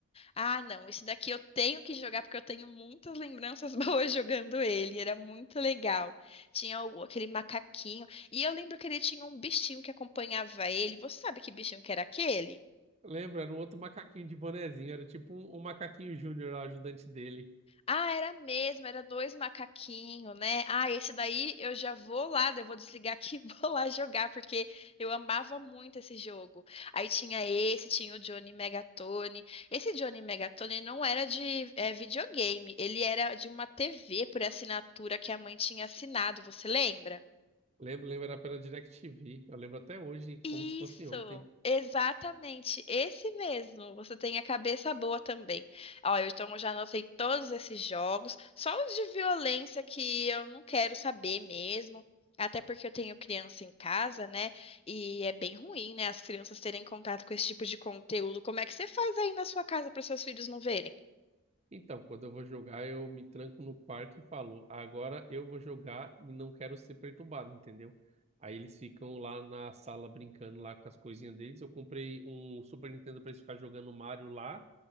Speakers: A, on the left (about 25°); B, on the right (about 30°).
A: Ah, não, esse daqui eu tenho que jogar porque eu tenho muitas lembranças <laughs> boas jogando ele. Era muito legal. Tinha o- aquele macaquinho. E eu lembro que ele tinha um bichinho que acompanhava ele. Você sabe que bichinho que era aquele?
B: Lembra, era um outro macaquinho de bonezinho, era tipo um, um macaquinho júnior, o ajudante dele.
A: Ah, era mesmo, era dois macaquinhos, né? Ah, esse daí eu já vou lá, daí eu vou desligar aqui <laughs> e vou lá jogar, porque eu amava muito esse jogo. Aí tinha esse, tinha o Johnny Megatone. Esse Johnny Megatone não era de eh, videogame, ele era de uma TV por assinatura que a mãe tinha assinado, você lembra?
B: Lembro, lembro, era pela DirecTV. Eu lembro até hoje,
A: Isso,
B: como se fosse ontem.
A: exatamente, esse mesmo. Você tem a cabeça boa também. Ó, eu, então eu já anotei todos esses jogos, só os de violência que eu não quero saber mesmo. Até porque eu tenho criança em casa, né? E é bem ruim, né? As crianças terem contato com esse tipo de conteúdo. Como é que você faz aí na sua casa para os seus filhos não verem?
B: Então, quando eu vou jogar, eu me tranco no quarto e falo, agora eu vou jogar e não quero ser perturbado, entendeu? Aí eles ficam lá na sala brincando lá com as coisinhas deles. Eu comprei um Super Nintendo pra eles ficarem jogando Mario lá.